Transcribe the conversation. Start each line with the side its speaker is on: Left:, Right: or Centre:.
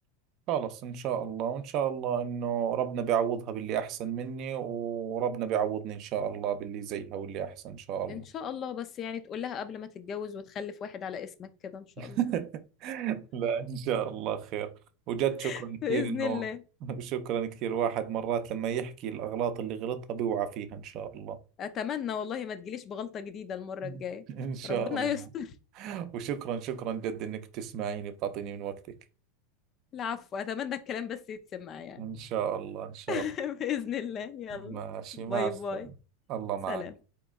Right: خلص إن شاء الله وإن شاء الله إنه ربنا بيعوضها باللي أحسن مني وربنا بيعوضني إن شاء الله باللي زيها واللي أحسن إن شاء الله
Left: ان شاء الله بس يعني تقول لها قبل ما تتجوز وتخلف واحد على اسمك كده ان شاء
Right: <laughs>
Left: الله
Right: لا إن شاء الله خير وجد شكرا
Left: <laughs> باذن
Right: كثير إنه
Left: الله
Right: <laughs> شكرا كثير واحد مرات لما يحكي الأغلاط اللي غلطها بيوعى فيها إن شاء الله
Left: اتمنى والله ما تجيليش بغلطه جديده المره
Right: <laughs>
Left: الجايه
Right: إن شاء
Left: ربنا
Right: الله
Left: يستر
Right: وشكرا شكرا جد إنك بتسمعيني بتعطيني من وقتك
Left: <laughs> العفو اتمنى الكلام بس يتسمع يعني
Right: إن شاء الله إن شاء
Left: <laughs>
Right: الله
Left: باذن الله يلا
Right: ماشي
Left: باي
Right: مع السلامة
Left: باي
Right: الله معك
Left: سلام